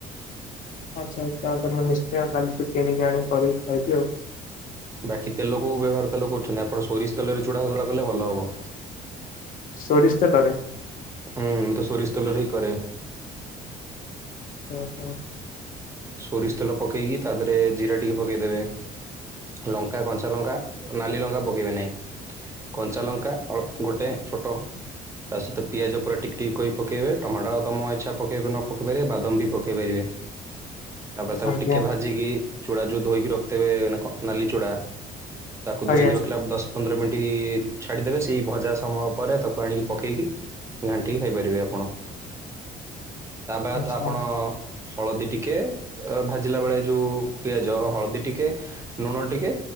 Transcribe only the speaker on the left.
ଆଚ୍ଛା ତାହେଲେ ମୁ ନିଶ୍ଚୟ କାଲି ଟିକ କିଣିକି ଆଣି କରିକି ଖାଇବି ଆଉ।
ସୋରିଷ ତେଲ ରେ।
ଆଚା ଆଛା।
ଆଜ୍ଞା
ଆଜ୍ଞା
ଆଚ୍ଛା